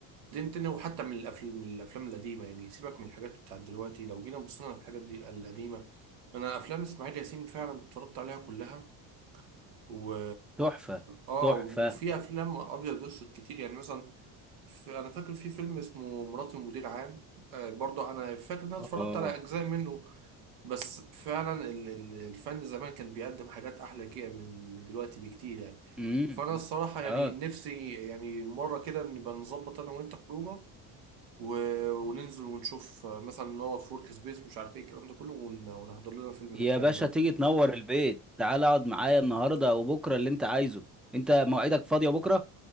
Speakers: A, on the right (about 85°); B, in the centre.
A: تاني وحتى من الافلام من الافلام القديمة يعني سيبك من الحاجات بتاعت دلوقتي لو جينا بصينا على الحاجات دي القديمة انا افلام اسماعيل ياسين فعلا اتفرجت عليها كلها و
B: تحفة
A: اه
B: تحفة
A: وفي افلام ابيض واسود كتير يعني مثلا في... انا فاكر في فيلم اسمه مراتي مدير عام آه برضه انا فاكر ان انا اتفرجت
B: اه
A: على اجزاء منه بس فعلا ال... ال- الفن زمان كان بيقدم حاجات احلى كده من من دلوقتي بكتير يعني
B: امم
A: فانا الصراحه يعني
B: اه
A: نفسي يعني مره كده نبقى نظبط انا وانت خروجه و... وننزل ونشوف آه، مثلا نقعد في ورك سبيس مش عارف ايه الكلام ده كله ون... ونحضر لنا فيلم من
B: يا
A: الافلام
B: باشا
A: دول
B: تيجي تنور البيت تعال اقعد معايا النهارده وبكره اللي انت عايزه انت موعدك فاضيه بكره